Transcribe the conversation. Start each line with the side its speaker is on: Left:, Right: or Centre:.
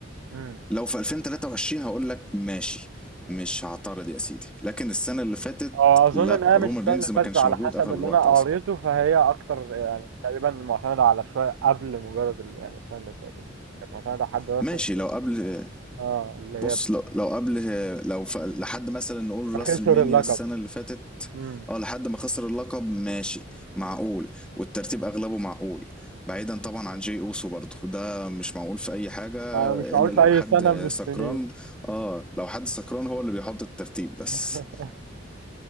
Right: امم
Centre: لو في 2023 هقول لك ماشي مش هعترض يا سيدي لكن السنه اللي فاتت
Right: اه اظن
Centre: لا
Right: ان هي
Centre: رومان
Right: مش السنه
Centre: رينز
Right: اللي
Centre: ما
Right: فاتت
Centre: كانش
Right: على
Centre: موجود
Right: حسب
Centre: اغلب
Right: اللي
Centre: الوقت
Right: انا
Centre: اصلا
Right: قريته فهي اكتر يعني تقريبا معتمده على شويه قبل مجرد ال- يعني السنه اللي فاتت كانت معتمده على حد رسمي
Centre: ماشي لو قبل
Right: اه اللي هي
Centre: بص لو لو قبل لو ف... لحد مثلا نقول راس
Right: خسر
Centre: المنيا
Right: اللقب
Centre: السنة اللي فاتت
Right: امم
Centre: اه لحد ما خسر اللقب ماشي معقول والترتيب اغلبه معقول بعيدا طبعا عن جي اوسو برضه ده مش معقول في اي حاجة
Right: آه، مش معقول
Centre: الا لو
Right: في اي
Centre: حد
Right: سنه من السنين
Centre: سكران اه لو حد سكران هو اللي بيحط الترتيب بس
Right: <laughs>